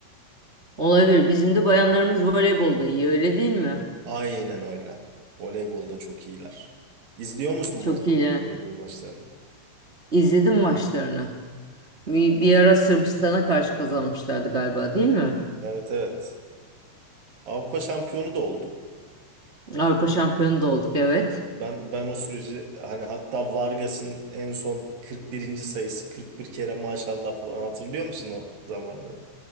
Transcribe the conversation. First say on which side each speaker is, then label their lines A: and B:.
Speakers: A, on the right; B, on the right.
A: Olabilir. Bizim de bayanlarımız voleybolda iyi öyle değil mi?
B: Aynen öyle. Voleybolda çok iyiler. İzliyor musun
A: Çok
B: maçları,
A: iyiler.
B: voleybol maçlarını?
A: İzledim maçlarını. Bir, bir ara Sırbistan'a karşı kazanmışlardı galiba, değil mi?
B: Evet evet. Avrupa şampiyonu da olduk.
A: Avrupa şampiyonu da olduk evet.
B: Ben ben o süreci hani hatta Vargas'ın en son 41. sayısı 41 kere maşallah falan hatırlıyor musun o zamanları?